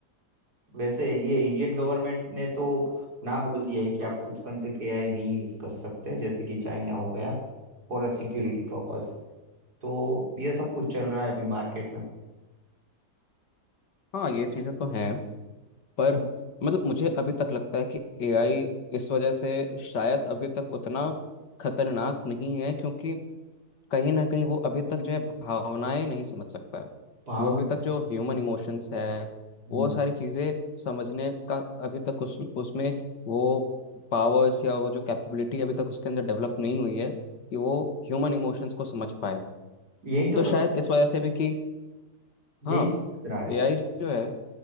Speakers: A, on the right; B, on the left.
A: वैसे ये इंडियन गवर्नमेंट ने तो ना बोल दिया है कि आप कुछ कंट्री के एआई नहीं यूज कर सकते जैसे कि चाइना हो गया फॉर अ सिक्योरिटी पर्पस तो ये सब कुछ चल रहा है अभी मार्केट में
B: हाँ ये चीज़ें तो हैं पर
A: हम्म,
B: मतलब मुझे अभी तक लगता है कि एआई इस वजह से शायद अभी तक उतना खतरनाक नहीं है क्योंकि कहीं ना कहीं वो अभी तक जो है भावनाएं नहीं समझ सकता है
A: भावना
B: वो अभी तक जो ह्यूमन इमोशंस है
A: हम्म,
B: वो सारी चीज़ें समझने का अभी तक उस उसमें वो पावर्स या वो जो कैपेबिलिटी अभी तक उसके अंदर डेवलप नहीं हुई है कि वो ह्यूमन इमोशंस को समझ पाए
A: यही तो
B: तो शायद
A: खत
B: इस वजह से भी कि हाँ
A: यही खतरा है
B: एआई जो है